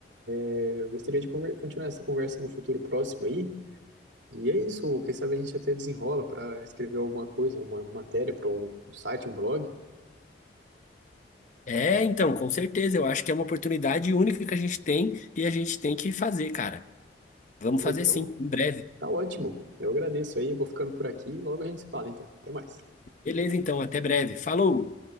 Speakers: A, on the right (about 85°); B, on the left (about 45°).
A: É, Eu gostaria de conver- continuar essa conversa no futuro próximo aí. E é isso. Quem sabe a gente até desenrola para escrever alguma coisa, uma matéria para um, um site, um blog.
B: É, então, com certeza. Eu acho que é uma oportunidade única que a gente tem e a gente tem que fazer, cara. Vamos
A: Pô,
B: fazer
A: então,
B: sim, em breve.
A: tá ótimo. Eu agradeço aí. Vou ficando por aqui e logo a gente se fala. Então, até mais.
B: Beleza, então, até breve. Falou!